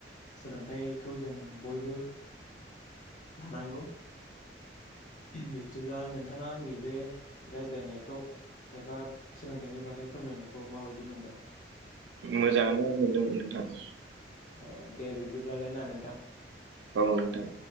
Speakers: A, on the left; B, on the right.
A: सोलोंथाइ खौ जों बयबो लानांगौ, बिब्दिब्ला नोंथाङा आंनि बे रायज्लायनायखौ एबा सोलोंथाइनि बागै फोरमायनायखौ माबायदि मोनदों?
B: मोजाङानो मोनदों नोंथां।
A: अ दे बिब्दिब्लालाय ना नोंथां।
B: औ नोंथां।